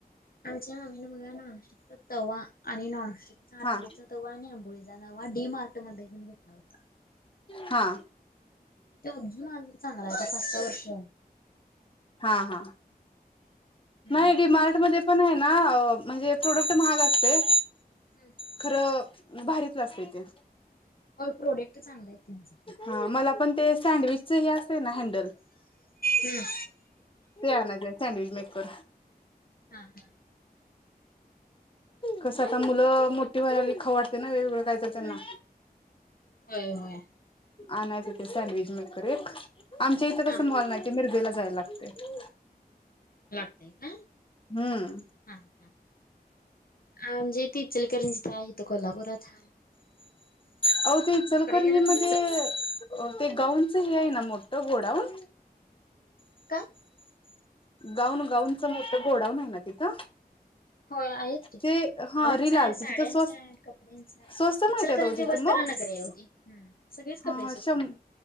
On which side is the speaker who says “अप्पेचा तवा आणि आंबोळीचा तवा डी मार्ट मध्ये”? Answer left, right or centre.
Left